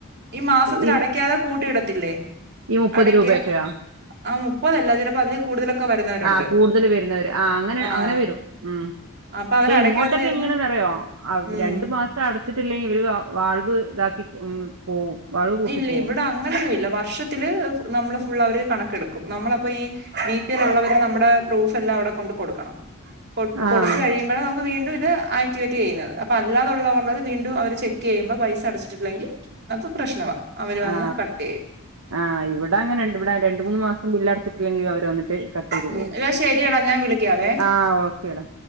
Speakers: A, on the right; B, on the right.
A: ഈ മാസത്തിൽ
B: ഈ
A: അടക്കാതെ കൂട്ടിയിടത്തില്ലേ.
B: ഈ മുപ്പത്
A: അടയ്ക്ക
B: രൂപയൊക്കെയോ.
A: ആ മുപ്പതല്ല ചിലപ്പോ അതില് കൂടുതലൊക്കെ വരുന്നവരുണ്ട്
B: ആ കൂടുതൽ വരുന്നവര് ആ അങ്ങനെ
A: ആഹ്
B: വരും ഉം
A: അപ്പൊ അവര്
B: ശ്ശെ യിങ്ങോട്ടൊക്കെ
A: അടയ്ക്കാതെ ചെന്ന്
B: എങ്ങനേന്നറിയോ അവ
A: ഉം
B: രണ്ട് മാസ അടച്ചിട്ടില്ലെങ്കിൽ ഇവല് <unintelligible> വാൾവ് ഇതാക്കി ഉം പോവും വാൾവ് പൂട്ടി
A: ഇല്ല
B: പോവും
A: ഇവിടെ അങ്ങനൊന്നും ഇല്ല വ വർഷത്തില് നമ്മള് ഫുൾ അവർ കണക്കെടുക്കും നമ്മളപ്പോ ഈ ബി പി എല്ലുള്ളവരെ നമ്മുടെ പ്രൂഫ് എല്ലാം അവിടെ കൊണ്ട് കൊടുക്കണം. കൊട്ട്
B: ആഹ്
A: കൊടുത്ത കഴിയുമ്പഴാ നമുക്ക് വീ ണ്ടു ഇത് ആക്ടിവേറ്റ് ചെയ്യുന്നത് അപ്പൊ അല്ലാതുള്ളവരുടെത് വീണ്ടും അവര് ചെക്ക് ചെയ്യുമ്പോ പൈസ അടച്ചിട്ടില്ലെങ്കിൽ അത്. പ്രശ്നവാ അവര് വന്ന്
B: ആ
A: കട്ട് ചെയ്യും
B: ആ ഇവിടെ അങ്ങനെ ഇവിടെ രണ്ട് മൂന്ന് മാസം ബിൽ അട വച്ചിട്ടില്ലെങ്കിൽ അവര് വന്നിട്ട് കട്ടെയ്ത്
A: ഉം
B: പോകും
A: എടാ ശരിയടാ ഞാൻ വിളിക്കാവേ
B: ആഹ് ഓക്കെടാ.